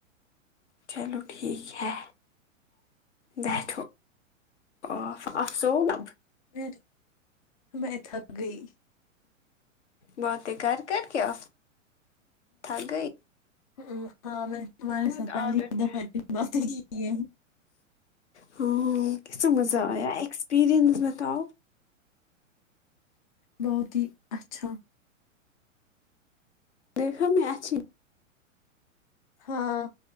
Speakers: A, on the left; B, on the left.
A: چلو ٹھیک ہے بیٹھو <unintelligible> اور
B: میں میں تھک گئی
A: باتیں کر کر کیا تھک گئی
B: ہ ہاں میں تمہارے
A: مت
B: ساتھ پہلی
A: عادت
B: دفعہ
A: ہے
B: اتنی باتے کی ہے
A: ہاں کیسا مزہ آیا ایکسپیرینس بتاؤ
B: بہت ہی اچھا
A: دیکھا میں آج
B: ہاں